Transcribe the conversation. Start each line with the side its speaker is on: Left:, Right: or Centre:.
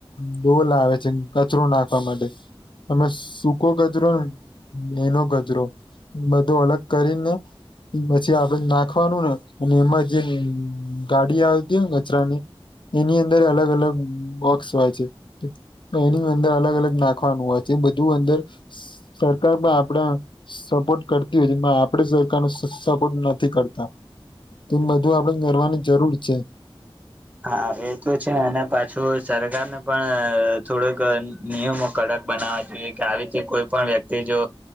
Left: ડોલ આવે છે કચરો નાખવા માટે અમે સૂકો ગજરો ને એનો ગજરો બધો અલગ કરીને પછી આપડ નાખવાનું ને અને એમાં જે ગાડી આવતી ને કચરાની એની અંદર અલગ અલગ બોક્સ હોય છે તો એની અંદર અલગ અલગ નાખવાનું હોય છે બધ અંદર સરકાર પણ આપડા સપોર્ટ કરતી હોય છેમાં આપણે સરકાર ન નથી કરતા
Right: હ
Left: એ બધું આપડણે કરવારની જરૂર છે
Right: હા એ તો છે અને પાછું સરકારને પણ થોડોક નિયમો કડક બના જોઈએ કે આવી કોઈ પણ વ્યક્તિ જો